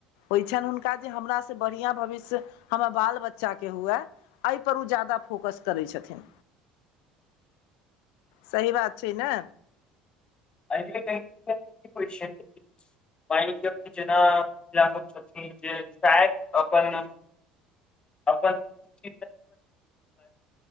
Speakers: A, on the left; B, on the left.
A: ओहि छनि हुनका जे हमरास से बढ़िआँ भविष्य हमर बाल बच्चाे हुए एहिपर ओ जादा फोक्स करै छथिन सही बात छै ने
B: अना <unintelligible> ाय अपन अपन <unintelligible> ्तखिन